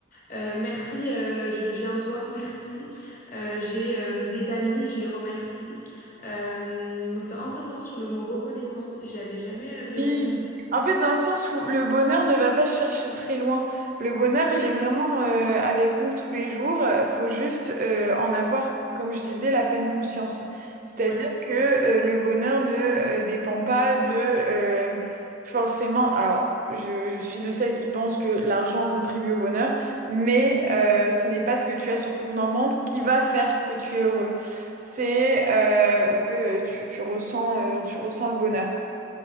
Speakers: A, on the left; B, on the right.
A: Euh, merci, euh, je- j'ai un toit, <laughs> merci. Euh, j'ai euh, des amis, je les remercie. Euh, donc, tu as entièrement raison sur le mot reconnaissance. J'y avais jamais euh, vraiment
B: Oui.
A: pensé.
B: En fait, dans le sens où le bonheur ne va pas chercher très loin. Le bonheur, il est vraiment euh, avec nous tous les jours. Il faut juste euh, en avoir, comme je disais, la pleine conscience. C'est-à-dire
A: Ouais.
B: que euh, le bonheur ne euh, dépend pas de euh, forcément... Alors, je, je suis de celles qui pensent que l'argent contribue au bonheur, mais euh, ce n'est pas ce que tu as sur ton compte en banque qui va faire que tu es heureux. C'est euh, ou que tu, tu ressens, euh, tu ressens le bonheur.